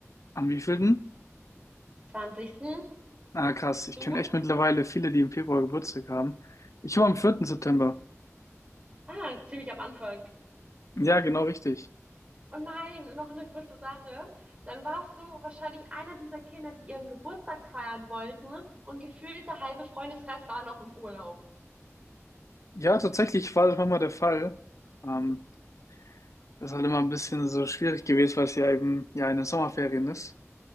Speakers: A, on the left; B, on the right.
A: Am wievielten?
B: 20.
A: Ah, krass. Ich
B: Du?
A: kenne echt mittlerweile viele, die im Februar Geburtstag haben. Ich war am vierten September.
B: Ah, ziemlich am Anfang.
A: Ja, genau richtig.
B: Oh nein, noch eine kurze Sache. Dann warst du wahrscheinlich einer dieser Kinder, die ihren Geburtstag feiern wollten und gefühlt der halbe Freundeskreis war noch im Urlaub.
A: Ja, tatsächlich war das manchmal der Fall. Ähm, das ist halt immer ein bisschen so schwierig gewesen, weil es ja eben ja in den Sommerferien ist.